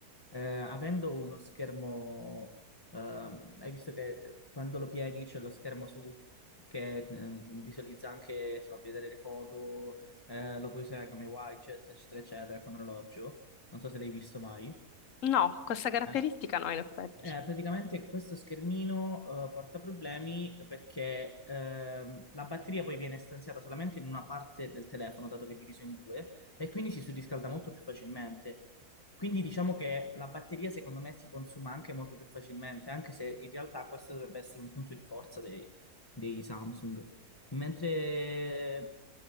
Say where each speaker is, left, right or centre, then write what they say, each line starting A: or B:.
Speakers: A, on the left; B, on the left.
A: eh, avendo uno schermo, ehm, hai visto che quando lo pieghi c'è lo schermo su che eh, visualizza anche, ti fa vedere le foto, eh, lo puoi usare come widget, eccetera, eccetera, con orologio. Non so se l'hai visto mai.
B: No, questa caratteristica
A: Eh,
B: no, in effetti.
A: eh, praticamente questo schermino eh, porta problemi perché ehm, la batteria poi viene stanziata solamente in una parte del telefono, dato che è diviso in due, e quindi si surriscalda molto più facilmente. Quindi diciamo che la batteria secondo me si consuma anche molto più facilmente, anche se in realtà questo dovrebbe essere un punto di forza dei, dei Samsung. Mentre